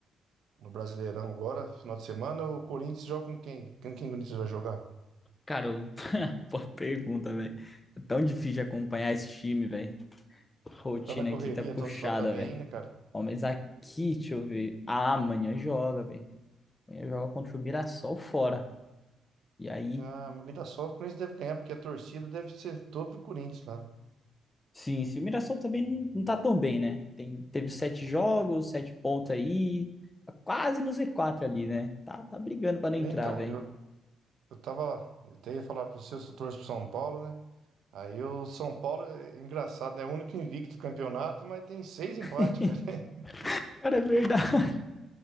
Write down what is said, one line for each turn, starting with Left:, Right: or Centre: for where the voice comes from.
Right: no Brasileirão agora, final de semana, o Corinthians joga com quem? Com quem o Corinthians vai jogar?
Left: Cara, eu- <laughs> boa pergunta, velho. É tão difícil de acompanhar esse time, velho. Rotina
Right: Você tá na correria,
Left: aqui tá puxada,
Right: tá só também
Left: velho.
Right: aí, né, cara?
Left: Ó, mas aqui, deixa eu ver. Ah, amanhã joga, velho. Amanhã joga contra o Mirassol fora. E aí,
Right: Ah, mas Mirassol, o Corinthians deve ganhar, porque a torcida deve ser toda do Corinthians lá.
Left: Sim, sim, o Mirassol também não não tá tão bem, né? Tem, teve sete jogos, sete pontos aí, tá quase no Z4 ali, né? Tá, tá brigando pra
Right: É,
Left: não entrar,
Right: então,
Left: velho.
Right: eu, eu tava. Eu até ia falar pra você, eu sou torço pro São Paulo, né? Aí o São Paulo é é engraçado, né? É o único invicto do campeonato, mas tem seis empates,
Left: <laughs>
Right: cara. <laughs>
Left: Cara, é verdade. <laughs>